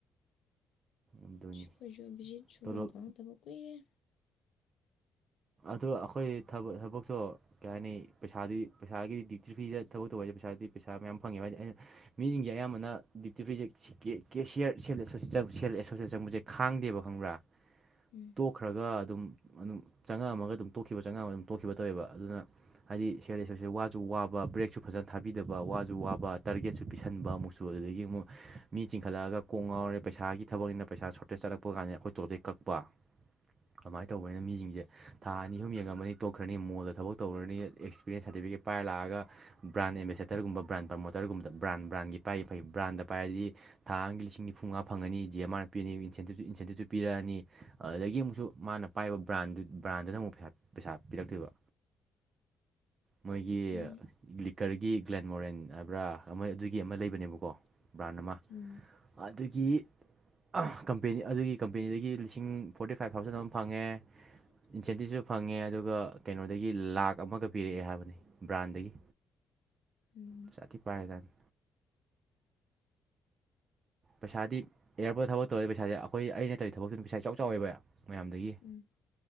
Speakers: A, on the right; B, on the left.
A: ꯑꯗꯨꯅꯤ
B: ꯑꯩꯈꯣꯏ ꯁꯣꯝꯒꯤꯗꯤ ꯁꯨꯐꯝ
A: ꯇꯣꯂꯣꯞ
B: ꯈꯪꯉꯛꯇꯕ ꯀꯨꯏꯔꯦ
A: ꯑꯗꯣ ꯑꯩꯈꯣꯏ ꯊꯕꯛ ꯊꯕꯛꯇꯣ ꯀꯩ ꯍꯥꯏꯅꯤ ꯄꯩꯁꯥꯗꯤ ꯄꯩꯁꯥꯒꯤꯗꯤ ꯐ꯭ꯔꯤꯗ ꯊꯕꯛ ꯇꯧꯕ ꯍꯥꯏꯗꯤ ꯄꯩꯁꯥꯗꯤ ꯄꯩꯁꯥ ꯃꯌꯥꯝ ꯐꯪꯉꯦꯕ ꯍꯥꯏꯗꯤ ꯑꯩꯅ ꯃꯤꯁꯤꯡꯁꯦ ꯑꯌꯥꯝꯕꯅ ꯗ꯭ꯌꯨꯇꯤ ꯐ꯭ꯔꯤꯁꯦ ꯀꯦꯁꯤꯌꯔ ꯁꯦꯜꯂꯦꯛꯁꯟ ꯁꯦꯂꯦꯛꯁꯟꯁꯦ ꯆꯪꯕꯁꯦ ꯈꯥꯡꯗꯦꯕ ꯈꯪꯕ꯭ꯔꯥ
B: ꯎꯝ
A: ꯇꯣꯛꯈ꯭ꯔꯒ ꯑꯗꯨꯝ ꯑꯗꯨꯝ ꯆꯪꯉꯛꯑꯝꯃꯒ ꯑꯗꯨꯝ ꯇꯣꯛꯈꯤꯕ ꯆꯪꯉꯛꯑꯝꯃꯒ ꯑꯗꯨꯝ ꯇꯣꯛꯈꯤꯕ ꯇꯧꯋꯦꯕ ꯑꯗꯨꯅ ꯍꯥꯏꯗꯤ ꯁꯤꯔꯦꯁꯔꯁꯦ ꯋꯥꯁꯨ ꯋꯥꯕ ꯕ꯭ꯔꯦꯛꯁꯨ ꯐꯖꯅ ꯊꯥꯕꯤꯗꯕ ꯋꯥꯁꯨ ꯋꯥꯕ ꯇꯥꯔꯒꯦꯠꯁꯨ ꯄꯤꯁꯟꯕ ꯑꯃꯨꯛꯁꯨ ꯑꯗꯨꯗꯒꯤ ꯑꯃꯨꯛ ꯃꯤ ꯆꯤꯡꯈꯠꯂꯛꯑꯒ ꯀꯣꯡꯉꯥꯎꯔꯦ ꯄꯩꯁꯥꯒꯤ ꯊꯕꯛꯅꯤꯅ ꯄꯩꯁꯥ ꯁꯣꯔꯇꯦꯖ ꯆꯠꯂꯛꯄ ꯀꯥꯟꯗ ꯑꯩꯈꯣꯏ ꯇꯣꯂꯣꯞꯇꯩ ꯀꯛꯄ ꯀꯃꯥꯏꯅ ꯇꯧꯕꯅꯤꯅ ꯃꯤꯁꯤꯡ ꯊꯥ ꯑꯅꯤ ꯑꯍꯨꯝ ꯌꯦꯡꯉꯝꯃꯅꯤ ꯇꯣꯛꯈ꯭ꯔꯅꯤ ꯃꯣꯜꯗ ꯊꯕꯛ ꯇꯧꯈ꯭ꯔꯅꯤ ꯑꯦꯛꯁꯄꯤꯔꯤꯌꯦꯟꯁ ꯁꯥꯔꯇꯤꯐꯤꯀꯦꯠ ꯄꯥꯏꯔ ꯂꯥꯛꯑꯒ ꯕ꯭ꯔꯥꯑꯦꯝꯕꯦꯁꯦꯇꯔꯒꯨꯝꯕ ꯕ꯭ꯔꯥꯟ ꯄ꯭ꯔꯃꯣꯇꯔꯒꯨꯝꯕ ꯕ꯭ꯔꯥꯟ ꯕ꯭ꯔꯥꯟꯒꯤ ꯄꯥꯏꯕꯅ ꯐꯩ ꯕ꯭ꯔꯥꯟꯗꯥ ꯄꯥꯏꯔꯗꯤ ꯊꯥ ꯑꯃꯒꯤ ꯂꯤꯁꯤꯡ ꯅꯤꯐꯨꯃꯉꯥ ꯐꯪꯉꯅꯤ ꯖꯤ ꯑꯦꯝ ꯑꯥꯔ ꯄꯤꯔꯅꯤ ꯏꯟꯁꯦꯟꯇꯤꯞꯇ ꯄꯤꯔꯛꯑꯅꯤ ꯑꯗꯨꯗꯒꯤ ꯑꯃꯨꯛꯁꯨ ꯃꯥꯅ ꯄꯥꯏꯕ ꯕ꯭ꯔꯥꯟꯗꯨ ꯕ꯭ꯔꯥꯟꯗꯨꯅ ꯑꯃꯨꯛ ꯄꯩ ꯄꯩꯁꯥ ꯄꯤꯔꯛꯇꯣꯏꯕ ꯃꯣꯏꯒꯤ
B: ꯐꯩꯅꯦ
A: ꯂꯤꯀꯔꯒꯤ ꯒ꯭ꯂꯦꯟ ꯃꯣꯔꯦꯟ ꯍꯥꯏꯕ꯭ꯔꯥ ꯑꯃ ꯑꯗꯨꯒꯤ ꯑꯃ ꯂꯩꯕꯅꯦꯕ ꯀꯣ ꯕ꯭ꯔꯥꯟ ꯑꯃ
B: ꯎꯝ
A: ꯑꯗꯨꯒꯤ ꯑꯥ ꯀꯝꯄꯦꯅꯤ ꯑꯗꯨꯒꯤ ꯀꯝꯄꯦꯅꯤꯗꯒꯤ ꯂꯤꯁꯤꯡ ꯐꯣꯔꯇꯤ ꯐꯥꯏꯞ ꯊꯥꯎꯖꯟ ꯑꯃ ꯐꯪꯉꯦ ꯏꯟꯁꯦꯟꯇꯤꯞꯁꯨ ꯐꯪꯉꯦ ꯑꯗꯨꯒ ꯀꯩꯅꯣꯗꯒꯤ ꯂꯥꯛ ꯑꯃꯒ ꯄꯤꯔꯛꯑꯦ ꯍꯥꯏꯕꯅꯤ ꯕ꯭ꯔꯥꯟꯗꯒꯤ
B: ꯎꯝ
A: ꯄꯩꯁꯥ ꯊꯤ ꯄꯥꯏꯒ꯭ꯔꯖꯥꯠꯅꯤ ꯄꯩꯁꯥꯗꯤ ꯑꯦꯌꯥꯔꯄꯣꯔꯠ ꯊꯕꯛ ꯇꯧꯔꯗꯤ ꯄꯩꯁꯥꯗꯤ ꯑꯩꯈꯣꯏ ꯑꯩꯅ ꯇꯧꯔꯤ ꯊꯕꯀꯁꯤꯅ ꯄꯩꯁꯥ ꯏꯆꯥꯎ ꯆꯥꯎꯋꯦꯕ ꯃꯌꯥꯝꯗꯒꯤ
B: ꯎꯝ